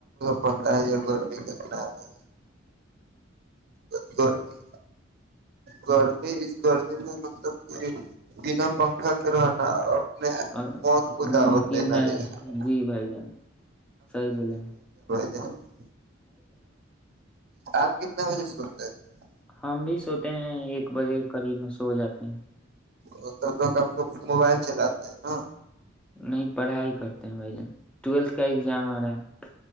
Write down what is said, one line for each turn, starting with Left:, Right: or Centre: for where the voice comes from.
Right: بتاہ ج کر <unintelligible> کتنا بھی <unintelligible> گرمی گرمی اس گرمی میں مطلب کہ بنا پنکھا کے رہنا <unintelligible>
Centre: اور
Right: موت کو
Centre: ناممکن
Right: دعوت دینا
Centre: ہے
Right: جیسے
Centre: جی بھائی جان صیح بولیں
Right: ج <unintelligible> آپ کتنا بجے سے سولتے ہیں
Centre: ہم بھی سوتے ہیں ایک بجے قریب میں سو جاتے ہیں
Right: وہ توب لوگب لوگ موبائل چلاتے ہیں نا
Centre: نہیں پڑھائی کرتے ہیں بھائی جان ٹویلتھ کا ایگزام آ رہا ہے